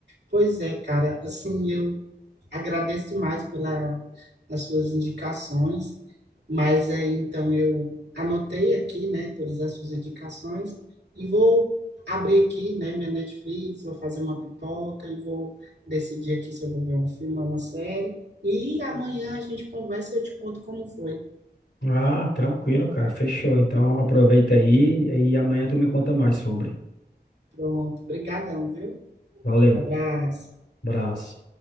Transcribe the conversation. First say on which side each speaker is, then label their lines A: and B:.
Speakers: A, on the right; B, on the left.
A: pois é, cara, assim, eu agradeço demais pela, as suas indicações, mas aí então eu anotei aqui, né, todas as suas indicações e vou abrir aqui, né, minha Netflix, vou fazer uma pipoca e vou decidir aqui se eu vou ver um filme ou uma série e amanhã a gente conversa e eu te conto como foi.
B: Ah, tranquilo, cara. Fechou. Então aproveita aí e amanhã tu me conta mais sobre.
A: Pronto, brigadão, viu?
B: Valeu.
A: Abraço.
B: Abraço.